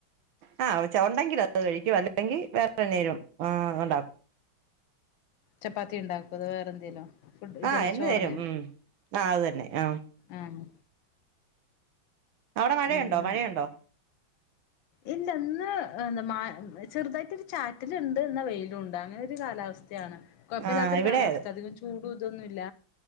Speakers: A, on the right (about 85°); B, on the left (about 80°).
A: ആ ചോറുണ്ടെങ്കിൽ അത് കഴിക്കും അല്ലെങ്കിൽ വേറെന്തേലും ആ ഉണ്ടാക്കും
B: ചപ്പാത്തി ഉണ്ടാക്കും അത് വേറെ എന്തെങ്കിലും ഫുഡ് ഇതന്നെ
A: ആ എണ്ണ
B: ചോറന്നെ
A: തരും ഉം ആ അത് തന്നെ ആ
B: ആഹ്
A: അവിടെ മഴയുണ്ടോ
B: അങ്ങനെ
A: മഴയുണ്ടോ
B: ഇല്ല ഇന്ന് എന്താ ചെറുതായിട്ടൊരു ചാറ്റിലുണ്ട് എന്ന വെയിലൂണ്ട് അങ്ങനെ ഒരു കാലാവസ്ഥ യാണ് കുഴപ്പമില്ലാത്തൊരു
A: ആ ഇവിടെ
B: കാലാവസ്ഥ
A: അതെ
B: അധികം ചൂടും ഇതൊന്നുല്ല